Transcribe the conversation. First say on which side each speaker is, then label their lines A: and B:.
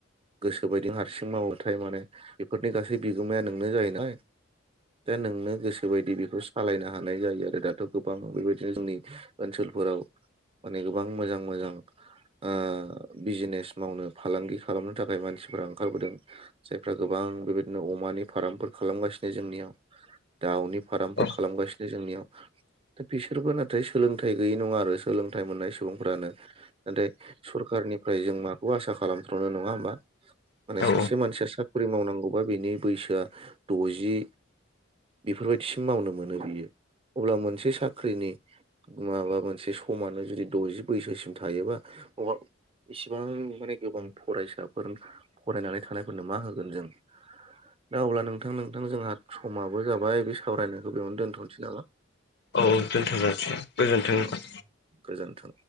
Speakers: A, on the right; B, on the left.
A: गोसोबायदि हारसिं मावबाथाय माने बेफोरनि गासै बिगोमाया नोंनो जायो नालाय दा नोंनो गोसोबायदि बेखौ सालायनो हानाय जायो आरो दाथ' गोबां बेबायदिनो जोंनि ओनसोल फोराव माने गोबां मोजां मोजां ओ बिजनेस मावनो फालांगि खालामनो थाखाय मानसिफोरा ओंखारबोदों फ्रा गोबां बेबायदिनो अमानि फार्मफोर खालामगासिनो जोंनियाव दाउनि फारामफोर
B: औ
A: खालामगासिनो जोंनियाव
B: <inaudible>
A: दा बिसोरबो नाथाय सोलोंथाइ गैयि नङा आरो सोलोंथाइ मोननाय सुबुंफ्रानो नाथाय सरखार निफ्राय जों माखौ आसा खालामथ्र'नो नङा होमबा
B: औ
A: माने सासे मानसिया सा ख्रि मावनांगौबा बेनि बैसोआ द'जि बेफोरबायदिसिम मावनो मोनो बियो अब्ला मोनसे साख्रिनि माबा मोनसे समानो जुदि द'जि बैसोसिम थायोबा अब्ला इसिबां माने गोबां फरायसाफोर फरायनानै थानायफोरनो मा होगोन जों दा अब्ला नोंथां नोंथां जोंहा समाबो जाबाय बे सावरायनायखौ बेयावनो दोनथ'नोसै नामा?
B: औ दोनथ' जासिगोन गोजोन्थों
A: औ गोजोन्थों